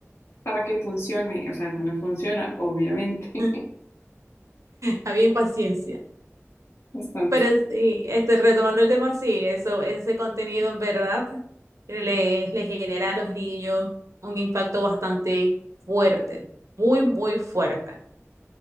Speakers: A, on the left (about 60°); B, on the right (about 80°).
A: para que funcione, o sea, eso no funciona, obviamente, <laughs>
B: <laughs> Había impaciencia.
A: bastante.
B: Pero sí, este, retomando el tema, sí, eso, ese contenido en verdad le, le genera a los niños un impacto bastante fuerte, muy, muy fuerte.